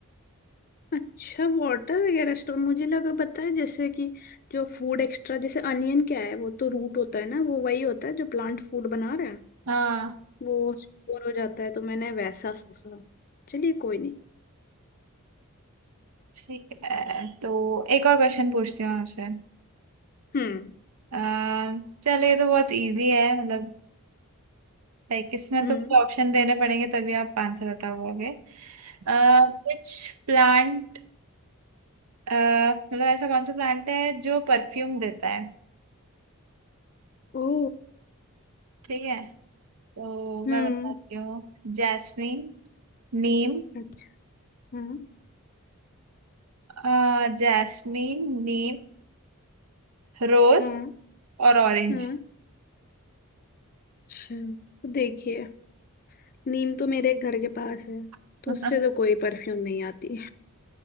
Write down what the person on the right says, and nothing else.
हाँ
ठीक है तो एक और क्वेश्चन पूछती हूँ आपसे
आ, चलो ये तो बहुत इजी है मतलब लाइक इसमें
तो मुझे ऑप्शन देने पड़ेंगे तभी आप आंसर बता पाओगे अ, कुछ प्लांट मतलब ऐसा कौन सा प्लांट है जो परफ्यूम देता है
ठीक है तो
मैं बताती हूँ जैस्मीन नीम
अ, जैस्मीन नीम रोज
और ऑरेंज
<laughs>
सही